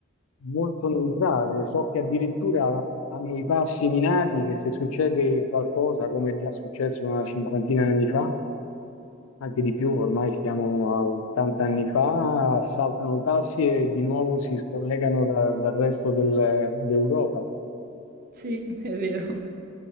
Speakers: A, on the left; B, on the right.
A: molto neutrale. So che addirittura hanno i passi minati che se succede qualcosa, come è già successo una cinquantina di anni fa, anche di più, ormai stiamo a 80 anni fa, saltano i passi e di nuovo si scollegano da- dal resto del- d'Europa.
B: Sì, <laughs> è vero.